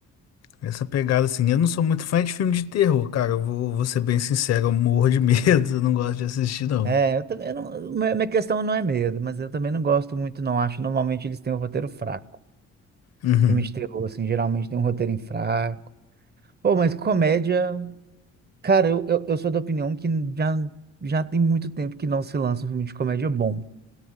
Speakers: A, on the left; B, on the right.
A: Essa pegada assim, eu não sou muito fã de filme de terror, cara. Eu vou, vou ser bem sincero, eu morro de medo, <laughs> eu não gosto de assistir, não.
B: É, eu também não. Minha minha questão não é medo, mas eu também não gosto muito, não. Acho que normalmente eles têm um roteiro fraco.
A: Uhum.
B: Filme de terror, assim, geralmente tem um roteirinho fraco. Pô, mas comédia. Cara, eu, eu, eu sou da opinião que já, já tem muito tempo que não se lança um filme de comédia bom.